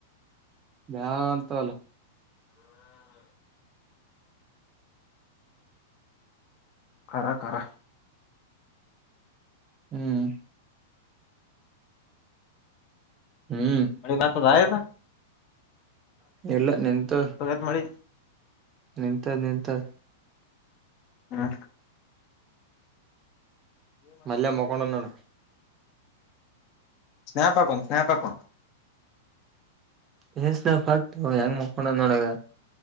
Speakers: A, on the right; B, on the left.
A: ನಂತ ಅಲ <unintelligible>
B: ಖರಖರ
A: ಹ್ಮ್ ಹ್ಮ್
B: ಅಡಿಗತದಾಯ
A: ಇಲ್ಲ ನಿಂತು.
B: ಇಲ್ಲ ಮಳಿ
A: ನಿಂತದ ನಿಂತದ.
B: ಹಾ
A: ಮಲ್ಲ ಮೋಕೋಣಂದಣ
B: ಸ್ನೇಹಪಕ ಸ್ನೇಹಪಕ.
A: ವಸ್ ನ ಭಕ್ತು ಹೆಂಗ್ ಮಕೋಡ ನೋಡಗ